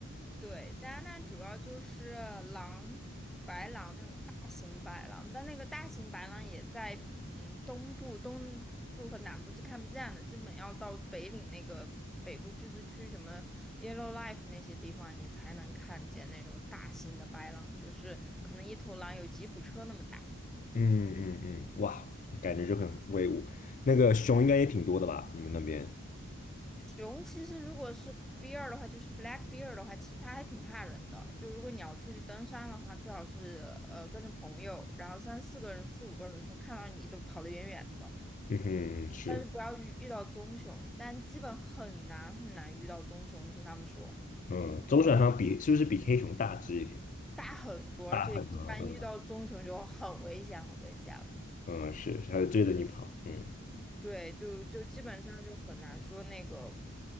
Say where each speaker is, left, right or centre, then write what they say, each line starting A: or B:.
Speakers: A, in the centre; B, on the left.
A: 对，加拿大主要就是狼、白狼那种大型白狼，但那个大型白狼也在嗯东部、东部和南部是看不见的，基本要到北领那个北部自治区什么 Yellowknife 那些地方，你才能看见那种大型的白狼，就是可能一头狼有吉普车那么大。
B: 嗯嗯嗯，哇，感觉就很威武。那个熊应该也挺多的吧？你们那边？
A: 熊其实如果是 bear 的话，就是 black bear 的话，其实它还挺怕人的。就如果你要出去登山的话，最好是呃跟着朋友，然后三四个人、四五个人熊看到你都跑得远远的。
B: 嗯哼，嗯是，
A: 但是不要遇遇到棕熊，但基本很难很难遇到棕熊，听他们说
B: 嗯，棕熊好像比是不是比黑熊大只一点？
A: 大很多，
B: 大很多，
A: 而且一般遇到棕熊就很危险，
B: 嗯
A: 很危险了。
B: 嗯，是，它就追着你跑，嗯，
A: 对，就就基本上就很难说那个，